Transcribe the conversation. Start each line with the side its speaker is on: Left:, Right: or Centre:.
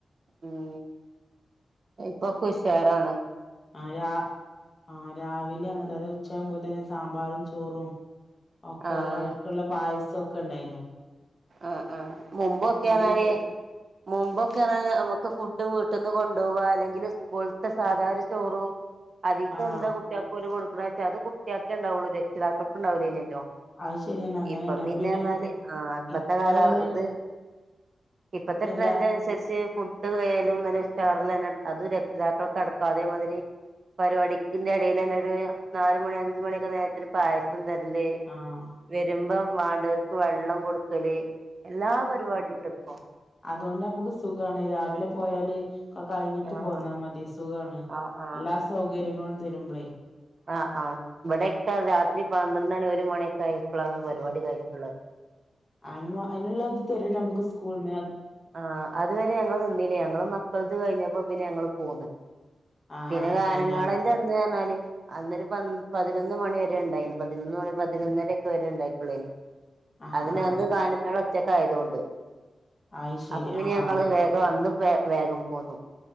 Right: ഉം ഇപ്പൊക്കെഉഷാറാണ്.
Left: ആഹ് രാ ആഹ് രാവിലെ അങ്ങൻത്തെന്നേ ഉച്ചാകുമ്പോത്തിനും സാമ്പാറും ചോറും ഓക്കെറെ
Right: ആഹ്
Left: അയ്ക്ക്ള്ള പായസൊക്കെ ഇണ്ടയ്നു
Right: ആഹ് ആഹ് മുമ്പൊക്കെർഞ്ഞാല് മുമ്പൊക്കെറെ ഞമ്മക്ക് ഫുഡ് വീട്ടിന്ന് കൊണ്ടോവാ അല്ലെങ്കിൽ സ്കൂളത്തെ സാധാരചോറൂം അതിക്കെന്താ
Left: ആഹ്
Right: കുട്ടികൾക്ക് കൊടുക്കണേച്ചാ അത് കുട്ടികൾക്കെ ഇണ്ടാവൊള്ളൂ രക്ഷിതാക്കക്ക് ണ്ടാവൂലയ്നല്ലോ.
Left: അത് ശരിയാണ് അങ്ങനെയാണ്
Right: ഇപ്പൊപിന്നെ
Left: അപ്പൊ പിന്നെ
Right: പറഞ്ഞാല് ആഹ് ഇപ്പത്തെ
Left: ഇപ്പ
Right: കാലത്
Left: അങ്ങനെ
Right: ഇപ്പത്തെ
Left: എല്ലാ
Right: ട്രെൻഡ് അനുസരിച്ച് ഫുഡ് കെയാലും ന്നല്ലെഉഷാറിലെന്നെ അത്രക്ഷിതാക്കൾക്ക് അടക്കം അതേമാതിരി പരിപാടിക്കിന്റെ ഇടയിലെന്നെ ഒര്നാല് മണി അഞ്ച്മണിയൊക്കെ നേരത്തെരു പായസംതെര്ല്
Left: ആഹ്
Right: വെരുമ്പം വാണ്ടവർക്ക് വെള്ളം കൊടുക്കല് എല്ലാ പരിപാടീണ്ട് ഇപ്പൊ
Left: അതോണ്ട് അമ്മക്ക് സുഖാണ് രാവിലെ പോയാല് കൊക്കെ കഴിഞ്ഞിട്ട്
Right: ആഹ്
Left: പോന്നാൽമതി സുഖാണ്
Right: ആഹ് ആഹ്
Left: എല്ലാസൗകര്യങ്ങളും തെരുമ്പളെയ്
Right: ആഹ് ആഹ് ഇബടൊക്കെ രാത്രി പന്ത്രണ്ട് മണി ഒര് മണിയൊക്കെആയപ്പളാണ് പരിപാടി കയ്ഞ്ഞിട്ടുള്ളത്.
Left: അയ്നുവ അതിനുള്ളത് തെര്ണ്ട്ഞമ്മക്ക് സ്കൂൾന്ന്
Right: ആഹ് അതുവരെ ഞങ്ങൾനിന്നില്ലേ ഞങ്ങള് മക്കൾത്കഴിഞ്ഞപ്പോപിന്നെ ഞങ്ങള്പോന്ന്.
Left: ആഹ്
Right: പിന്നെ
Left: ആഹ്
Right: ഗാനമേളന്റെ
Left: ശരി ഞ
Right: അന്ന്പറഞ്ഞാല് അന്നൊരു പന്ന് പതിനൊന്ന്മണി വെരെ ഉണ്ടായിന് പതിനൊന്ന്മണി പതിനൊന്നരക്കെവെരെ ഇണ്ടായിട്ടൊള്ളയ്നി
Left: ആഹ്
Right: അതിന്ന്
Left: ആഹ്
Right: വന്ന്
Left: ആഹ്
Right: ഗാനമേള ഒറ്റക്കായതോണ്ട്.
Left: അത് ശരി
Right: അപ്പൊപിന്നെ
Left: ആഹ്
Right: ഞങ്ങൾ
Left: ആഹ്
Right: വേഗംഅന്ന് വേഗംപോന്നു.